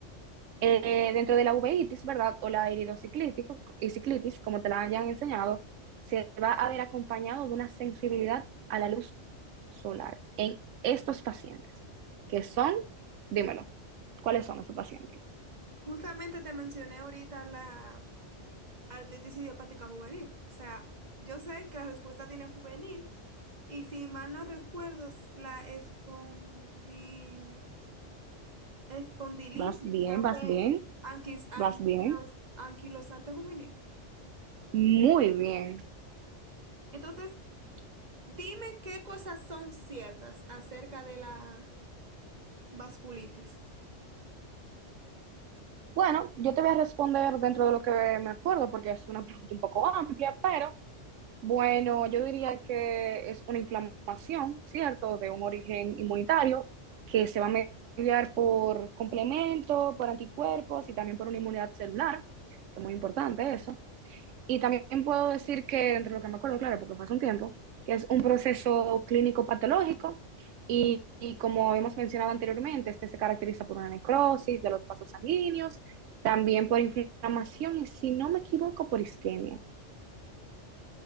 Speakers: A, on the right; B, on the right.
A: Eh, dentro de la uveitis, ¿verdad? O la iridociclitis, y ciclitis, como te la hayan enseñado, se va a ver acompañado de una sensibilidad a la luz solar en estos pacientes, que son, dímelo, ¿cuáles son esos pacientes?
B: Justamente te mencioné ahorita la artritis idiopática juvenil. O sea, yo sé que la respuesta tiene juvenil y si mal no recuerdo, es la espondi- espondilitis,
A: Vas bien,
B: creo que
A: vas bien,
B: anquis, anquilos,
A: vas bien,
B: anquilosante juvenil.
A: muy bien.
B: Entonces, dime qué cosas son ciertas acerca de la vasculitis.
A: Bueno, yo te voy a responder dentro de lo que me acuerdo, porque es una pregunta un poco amplia, pero bueno, yo diría que es una inflamación, ¿cierto?, de un origen inmunitario que se va a mediar por complemento, por anticuerpos y también por una inmunidad celular, que es muy importante eso. Y también puedo decir que, entre lo que me acuerdo, claro, porque fue hace un tiempo, que es un proceso clínico patológico y, y como hemos mencionado anteriormente, este se caracteriza por una necrosis de los vasos sanguíneos, también por inflamación y, si no me equivoco, por isquemia.